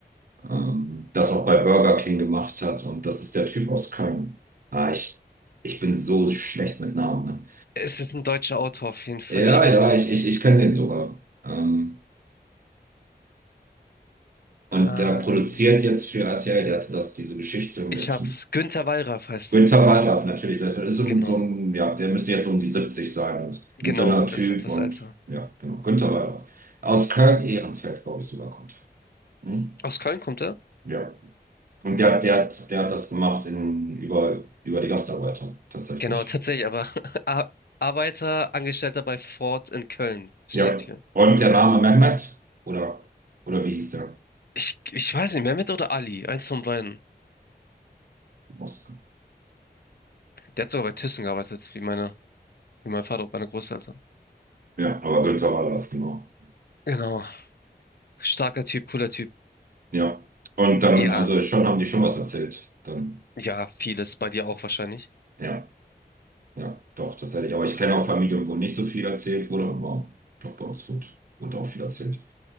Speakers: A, on the right (about 55°); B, on the left (about 65°).
A: ähm, das auch bei Burger King gemacht hat. Und das ist der Typ aus Köln. Ah, ich, ich bin so schlecht mit Namen, ne?
B: Es ist ein deutscher Autor auf jeden Fall.
A: Ja,
B: Ich weiß
A: ja,
B: auch nicht.
A: ich, ich, ich kenne den sogar. Ähm, Und
B: Ähm,
A: der produziert jetzt für RTL, der hatte das, diese Geschichte mit
B: ich hab's. Günter Wallraff heißt
A: Günter
B: er.
A: Wallraff natürlich. Das ist so
B: Genau.
A: ein, so ein, ja, der müsste jetzt so um die 70 sein und
B: Genau,
A: ein dünner Typ
B: das ist etwas
A: und
B: älter.
A: ja, genau, Günter Wallraff. Aus Köln-Ehrenfeld, glaube ich, sogar kommt. er. Hm?
B: Aus Köln kommt er?
A: Ja. Und der, der hat, der hat das gemacht in, über, über die Gastarbeiter, tatsächlich.
B: Genau, tatsächlich, aber <laughs> Ar- Arbeiter, Angestellter bei Ford in Köln steht
A: Ja.
B: hier.
A: Und der Name Mehmet, oder, oder wie hieß der?
B: Ich, ich weiß nicht, Mehmet oder Ali, eins von beiden.
A: Oskar.
B: Der hat sogar bei Thyssen gearbeitet, wie meine, wie mein Vater und meine Großeltern.
A: Ja, aber Günter Wallraff, genau.
B: Genau. Starker Typ, cooler Typ.
A: Ja. Und dann,
B: Ja,
A: also schon haben die schon was erzählt. Dann.
B: ja, vieles. Bei dir auch wahrscheinlich.
A: Ja, ja, doch, tatsächlich. Aber ich kenne auch Familien, wo nicht so viel erzählt wurde, aber doch bei uns wurde, wurde auch viel erzählt.